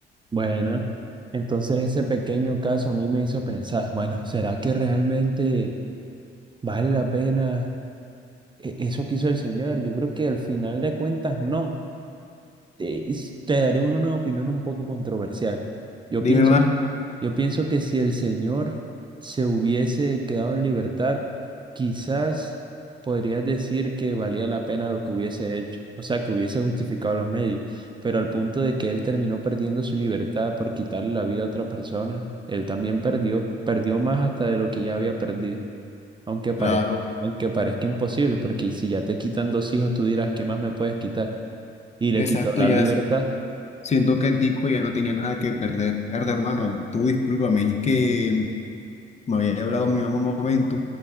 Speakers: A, on the right; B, on the left.
A: Bueno, entonces ese pequeño caso a mí me hizo pensar, bueno, ¿será que realmente vale la pena e- eso que hizo el señor? Yo creo que al final de cuentas no. Te, is- te daré una opinión un poco controversial. Yo
B: Dime
A: Sí. pienso,
B: más.
A: Yo pienso que si el señor se hubiese quedado en libertad, quizás podrías decir que valía la pena lo que hubiese hecho, o sea, que hubiese justificado los medios, pero al punto de que él terminó perdiendo su libertad por quitarle la vida a otra persona, él también perdió, perdió más hasta de lo que ya había perdido, aunque parezca,
B: Claro,
A: aunque parezca imposible, porque si ya te quitan dos hijos, tú dirás, ¿qué más me puedes quitar? Y le
B: exacto,
A: quitó la
B: ya.
A: libertad,
B: s- Siento que el tipo ya no tenía nada que perder. Verdad, hermano, tú discúlpame, es que Me había hablado mi mamá un momento